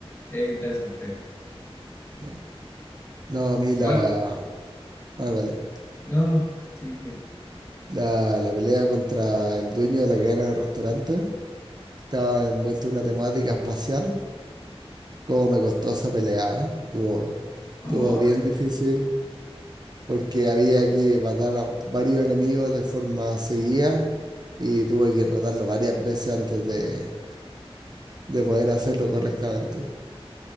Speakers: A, on the left (about 25°); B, on the right (about 40°).
A: es interesante.
B: sí. No, a mí
A: Igual
B: la. Ah, dale.
A: No, no, sí, sí.
B: La, la pelea contra el dueño de la cadena de restaurantes, que estaba envuelto en una temática espacial. Cómo me costó esa pelea, ¿eh? Estuvo, estuvo
A: Oh,
B: bien difícil porque había que matar a varios enemigos de forma seguida y tuve que tratarlo varias veces antes de, de poder hacerlo correctamente.